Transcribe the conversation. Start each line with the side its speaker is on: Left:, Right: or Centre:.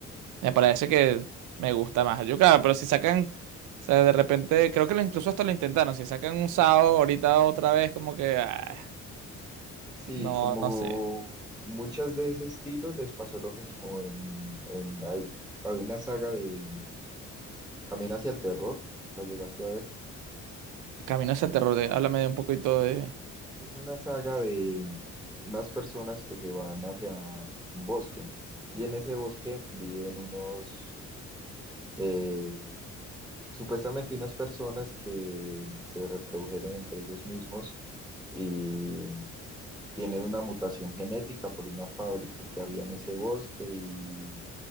Right: Me parece que me gusta más. Yo, claro, pero si sacan, o sea, de repente, creo que lo- incluso hasta lo intentaron, si sacan un sábado ahorita otra vez, como que... ah.
Centre: sí,
Right: No,
Centre: como
Right: no sé.
Centre: muchas de ese estilo les pasó lo mismo en, en hay, hay una saga de Camino hacia el terror, ¿lo llegaste a ver?
Right: Camino hacia el terror. de- háblame de un poquito de.
Centre: Es una saga de unas personas que se van hacia un bosque y en ese bosque viven unos eh, supuestamente unas personas que se reprodujeron entre ellos mismos y tienen una mutación genética por una fábrica que había en ese bosque y